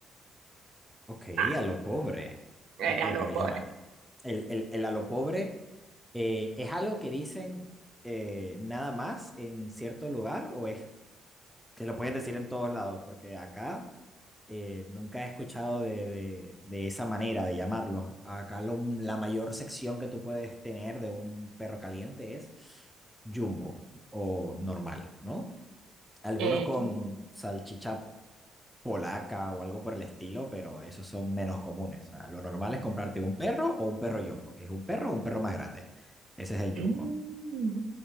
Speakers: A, in the centre; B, on the right.
A: ok,
B: Ah,
A: a lo pobre.
B: el
A: Ok,
B: a lo
A: pero
B: pobre.
A: ya va. El, el, el a lo pobre eh, es algo que dicen eh, nada más en cierto lugar o es que lo pueden decir en todos lados, porque acá eh, nunca he escuchado de, de, de, esa manera de llamarlo. Acá lo, la mayor sección que tú puedes tener de un perro caliente es jumbo o normal, ¿no? Algunos
B: El
A: con
B: jumbo.
A: salchicha polaca o algo por el estilo, pero esos son menos comunes. O sea, lo normal es comprarte un perro o un perro jumbo, que es un perro o un perro más grande. Ese es el
B: Mm.
A: jumbo.